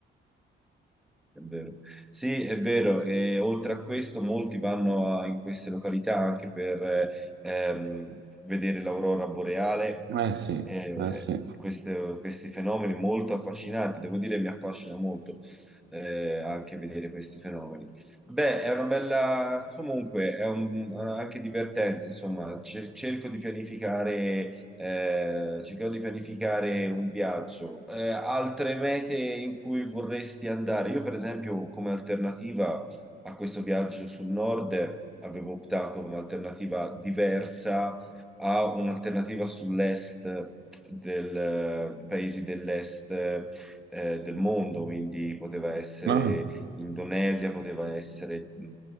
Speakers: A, in the centre; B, on the right.
A: è vero. Sì, è vero. E oltre a questo, molti vanno a- in queste località anche per eh, ehm, vedere l'aurora boreale
B: Eh sì,
A: eh,
B: eh sì.
A: queste- questi fenomeni molto affascinanti, devo dire mi affascina molto eh, anche vedere questi fenomeni. Beh, è una bella, comunque è un- anche divertente, insomma, Cer- cerco di pianificare, eh, cercherò di pianificare un viaggio. Eh, altre mete in cui vorresti andare? Io, per esempio, come alternativa a questo viaggio sul nord, avevo optato come alternativa diversa a un'alternativa sull'est del, di paesi dell'est eh, del mondo, quindi poteva essere
B: Ah.
A: Indonesia, poteva essere mh,